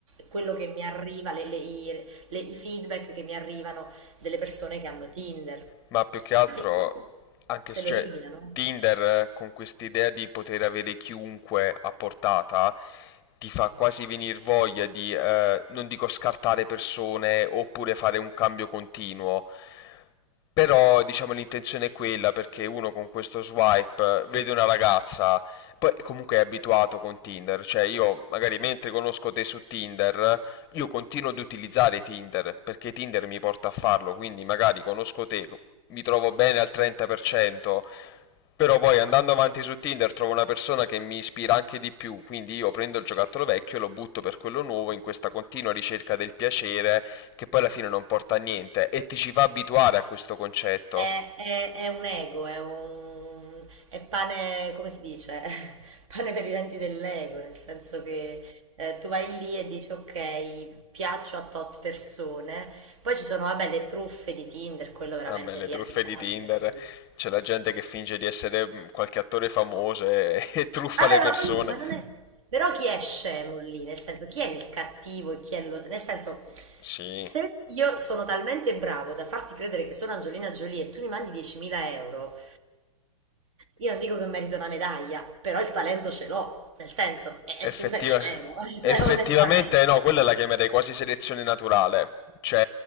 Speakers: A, on the right (about 65°); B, on the left (about 20°).
A: quello che mi arriva, le- le- i, le- i feedback che mi arrivano delle persone che hanno Tinder.
B: ma più che altro
A: Sì, poi
B: anche
A: se
B: s-
A: lo
B: cioè,
A: eliminano.
B: Tinder eh, con quest'idea di poter avere chiunque a portata ti fa quasi venir voglia di, eh, non dico scartare persone oppure fare un cambio continuo, però diciamo l'intenzione è quella perché uno con questo swipe eh, vede una ragazza, poi comunque è abituato con Tinder, cioè io magari mentre conosco te su Tinder, io continuo ad utilizzare Tinder perché Tinder mi porta a farlo, quindi magari conosco te, mi trovo bene al 30%, però poi andando avanti su Tinder trovo una persona che mi ispira anche di più, quindi io prendo il giocattolo vecchio e lo butto per quello nuovo in questa continua ricerca del piacere che poi alla fine non porta a niente e ti ci fa abituare a questo concetto.
A: È, è- è un ego, è un è pane, come si dice? <laughs> Pane per i denti dell'ego, nel senso che eh, tu vai lì e dici ok, piaccio a tot persone, poi ci sono, vabbè, le truffe di Tinder, quello veramente
B: Vabbè, ah, le
A: lì
B: truffe
A: arriviamo
B: di Tinder,
A: a livelli.
B: c'è la gente che finge di essere mm, qualche attore famoso e, <laughs> e truffa
A: Vabbè,
B: le persone.
A: ma poi, ma non è... Però chi è scemo lì? Nel senso, chi è il cattivo e chi è lo... Nel senso,
B: Sì,
A: se io sono talmente bravo da farti credere che sono Angelina Jolie e tu mi mandi 10.000 euro, Io non dico che merito una medaglia, però il talento ce l'ho, nel senso, e,
B: Effettiva-
A: e tu sei scemo, <laughs> eh,
B: effettivamente
A: onestamente.
B: no, quella la chiamerei quasi selezione naturale, cioè